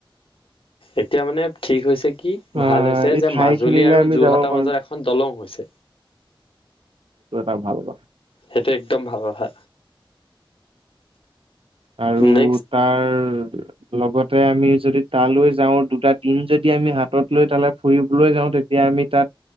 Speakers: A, on the left; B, on the right.
A: এতিয়া মানে ঠিক হৈছে কি
B: আহ
A: ভাল হৈছে
B: এই
A: যে
B: ঠাই
A: মাজুলী
B: খিনিলে
A: আৰু
B: আমি
A: যোৰহাটৰ
B: যাব পাৰো
A: মাজত এখন দলং হৈছে।
B: সেইটো এটা ভাল কথা।
A: সেইটো একদম ভাল কথা।
B: আৰু
A: নেক্সট
B: তাৰ লগতে আমি যদি তালৈ যাওঁ দুটা দিন যদি আমি হাতত লৈ তালৈ ফুৰিবলৈ যাওঁ তেতিয়া আমি তাত